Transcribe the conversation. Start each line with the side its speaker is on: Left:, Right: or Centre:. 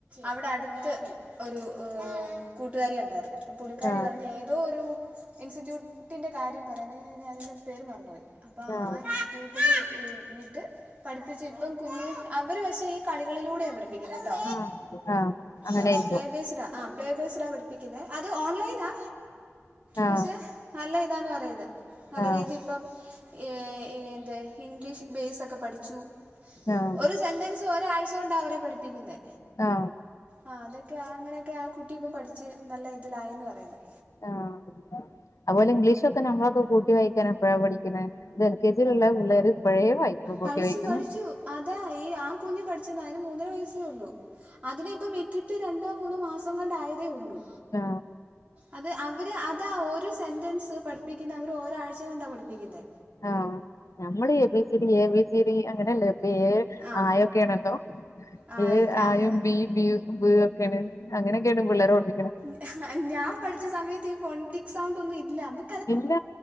Right: അവിട അടുത്ത് ഒരു കൂട്ടുകാരി ഒണ്ടാരുന്ന്. അപ്പം.. പുള്ളിക്കാരി
Left: ആഹ്
Right: പറഞ്ഞ ഏതോ ഒരു.. ഇൻസ്റ്റിറ്റ്യൂട്ടിൻ്റ കാര്യം പറയുന്ന്‌ ഞാൻ അതിൻ്റ പേര് മറന്നുപോയി. അപ്പൊ
Left: ആഹ്
Right: ആ ഇൻസ്റ്റിറ്റ്യൂ ട്ട് വിട്ട്.. പഠിപ്പിച്ച് ഇപ്പം കുഞ്ഞ്.. അവര് പക്ഷേ ഈ കളികളിലൂടെയാ പഠി പ്പിക്കുന്നട്ടോ..
Left: ആഹ് ആഹ് അങ്ങനെയിരിക്കും
Right: ങാ... പ്ലേബേയ്സ്ടാ. ങാ.. പ്ലേബെയ്സ്ടാ പഠിപ്പിക്കുന്നേ... അത്.. ഓൺലൈനാ.
Left: ആഹ്
Right: പക്ഷെ.. നല്ല ഇതാന്ന് പറയുന്ന്‌. നല്ല
Left: ആഹ്
Right: രീതിപ്പം എ.. എന്ത്.. ഇംഗ്ലീഷ് ബേസ് ഒക്കെ പഠിച്ചു.
Left: ആഹ്
Right: ഒരു സെന്റൻ സൊരാഴ്ച കൊണ്ടാ അവരെ പഠിപ്പിക്കുന്നേ.
Left: ങാ...
Right: ങാ.. അതൊക്കെ.. അങ്ങനൊക്കെ.. ആ കുട്ടി ഇപ്പം പഠിച്ച്.. നല്ല ഇതിലായിന്ന് പറയുന്ന്‌.
Left: ങാ.. അതുപോലെ ഇംഗ്ലീഷൊക്കെ നമ്മളൊക്കെ കൂട്ടി വായിക്കൻ എപ്പഴാ പഠിക്കണെ..? ഇതെ ൽ ക്കേ ജി ലുള്ള പിള്ളേര് ഇപ്പഴേ... വായിക്ക്.. കൂട്ടി
Right: പഠിച്ചു
Left: വായിക്കുന്നു.
Right: പഠിച്ചു അതാ.. ഈ.. ആ കുഞ്ഞ് പഠിച്ചത് അതിന് മൂന്നര വയസ്സേ ഉള്ളൂ. അതിനെ ഇപ്പം വിട്ടി ട്ട് രണ്ടോ മൂന്നോ മാസങ്ങണ്ടായതേ ഉള്ളൂ.
Left: ങാ...
Right: അത് അവര് അതാ ഒരു സെൻറൻസ് പഠിപ്പിക്കുന്നെ അവര് ഒരാഴ്ച കൊണ്ടാ പഠിപ്പിക്കുന്നെ.
Left: ങാ... നമ്മള് A B C D, A B C D അങ്ങനല്ലേ.. ഇപ്പൊ എ
Right: ആ
Left: ആയ ഒക്കെയണണ്ടോ.
Right: ആ
Left: ഏ
Right: ഓക്കെ
Left: അ
Right: അങ്ങനെ
Left: യും ബി ബ് യും ഒക്കെയാണ്. അങ്ങനക്കെയാണ് പിള്ളാരെ പഠിപ്പിക്കണെ.
Right: ങ്.. ഹ്ഹ.. ഞാൻ പഠിച്ച സമയത്ത് ഈ ഫോണിറ്റിക്സ് സൗണ്ടൊന്നും ഇല്ലന്ന്‌
Left: ഇല്ല..